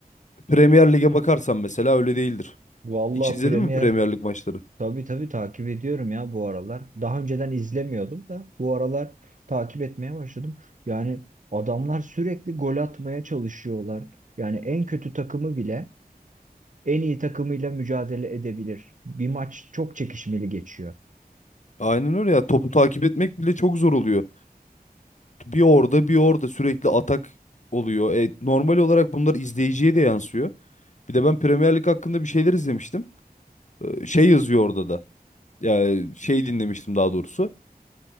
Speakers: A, on the left (about 50°); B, on the right (about 50°).
A: Premier Lig'e bakarsan mesela öyle değildir.
B: Vallahi
A: Hiç izledin
B: Premier
A: mi Premier Lig maçları?
B: tabii tabii takip ediyorum ya bu aralar. Daha önceden izlemiyordum da bu aralar takip etmeye başladım. Yani adamlar sürekli gol atmaya çalışıyorlar. Yani en kötü takımı bile en iyi takımıyla mücadele edebilir. Bir maç çok çekişmeli geçiyor.
A: Aynen öyle ya. Topu takip etmek bile çok zor oluyor. bir orada bir orada sürekli atak oluyor. E, normal olarak bunlar izleyiciye de yansıyor. Bir de ben Premier Lig hakkında bir şeyler izlemiştim. E, şey yazıyor orada da. Yani şey dinlemiştim daha doğrusu.